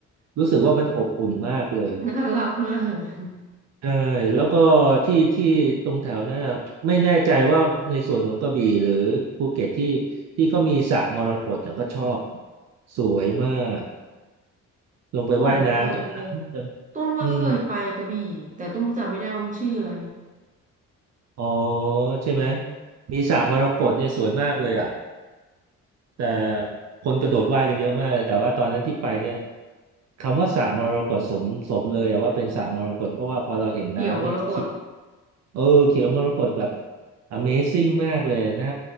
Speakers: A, on the right; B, on the right.
A: รู้สึกว่ามันอบอุ่นมากเลย
B: ๆน่ารักมาก <laughs>
A: ใช่แล้วก็ที่ที่ตรงแถวนั้นอะไม่แน่ใจว่าในส่วนของกระบี่หรือภูเก็ตที่ที่ก็มีสระมรกตแต่ก็ชอบสวยมากลงไปว่ายน้ำตรงนั้น
B: เหมือนกันเลยตุ้มก็เคยไปกระบี่แต่ตุ้มจำไม่ได้ว่ามันชื่ออะไร
A: อืมอ๋อใช่ไหมมีสระมรกตเนี่ยสวยมากเลยอ่ะ แต่คนกระโดดว่ายกันเยอะมากเลยแต่ว่าตอนนั้นที่ไปเนี่ยคำว่าสระมรกตสมสมเลยอะว่าเป็นสระมรกตเพราะว่าพอเราเห็นน้ำนี่เขี
B: เขียวมรกต
A: เออเขียวมรกตแบบ Amazing มากเลยน่า